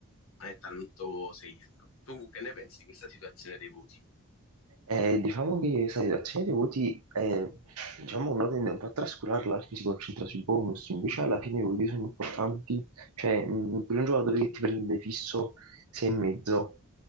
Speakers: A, on the left (about 65°); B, on the right (about 90°).
A: è tanto safe. Tu che ne pensi di questa situazione dei voti?
B: Eh, diciamo che sai, la redazione dei voti, eh, diciamo, uno tende un po' a trascurarla, perché si concentra sui bonus, invece alla fine i voti sono importanti, cioè mh, per un giocatore che ti prende fisso 6 e mezzo,